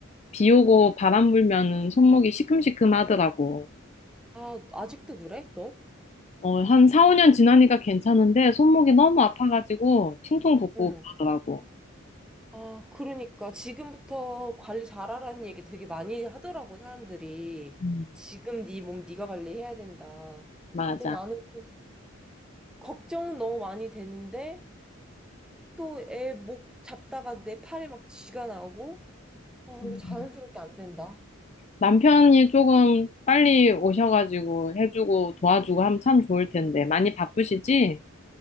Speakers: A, on the left; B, in the centre.
A: 비 오고 바람 불면은 손목이 시큼시큼 하더라고.
B: 아, 아직도 그래? 너?
A: 어, 한 4, 5년 지나니까 괜찮은데 손목이 너무 아파가지고 퉁퉁 붓고
B: 응.
A: 그러더라고.
B: 아, 그러니까 지금부터 관리 잘하라는 얘기 되게 많이 하더라고 사람들이.
A: 음,
B: 지금 네 몸 네가 관리해야 된다.
A: 맞아.
B: 근데 나는 또 걱정은 너무 많이 되는데 또 애 목 잡다가 내 팔에 막 쥐가 나고 아,
A: 음.
B: 이게 자연스럽게 안 된다.
A: 남편이 조금 빨리 오셔가지고 해주고 도와주고 하면 참 좋을 텐데. 많이 바쁘시지?